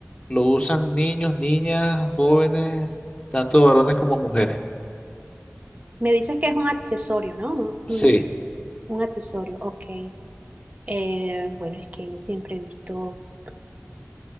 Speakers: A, on the left; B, on the right.
A: lo usan niños, niñas, jóvenes, tanto varones como mujeres.
B: Me dices que es un accesorio, ¿no? Un,
A: Sí.
B: un- un accesorio, ok. Eh, bueno, es que yo siempre he visto pues,